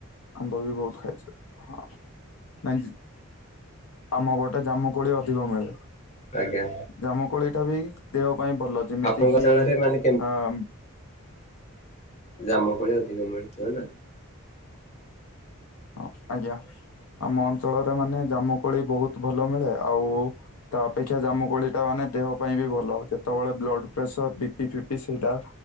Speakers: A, on the left (about 80°); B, on the left (about 30°).
A: ଆମ୍ବ ବି ବହୁତ ଖାଇଛି, ହଁ। ନାଇଁ ଯି, ଆମପଟେ ଜାମୁ କୋଳି ଅଧିକ ମିଳେ।
B: ଆଜ୍ଞା
A: ଜାମୁକୋଳିଟା ବି ଦେହ ପାଇଁ ଭଲ ଯେମିତିକିି
B: ଆପଣଙ୍କ ଶାଳରେ ମାନେ
A: ଆଁ
B: ଜାମୁକୋଳି ଅଧିକ ମିଳୁଥିବ ନା?
A: ହଁ, ଆଜ୍ଞା। ଆମ ଅଞ୍ଚଳରେ ମାନେ ଜାମୁକୋଳି ବହୁତ ଭଲ ମିଳେ, ଆଉ-ଉ-ଉ ତା ଅପେକ୍ଷା ଜାମୁ କୋଳିଟା ମାନେ ଦେହ ପାଇଁ ବି ଭଲ, ଯେତେବେଳେ ବ୍ଲଡପ୍ରେସର ବିପି ଫିପି ସେଇଟା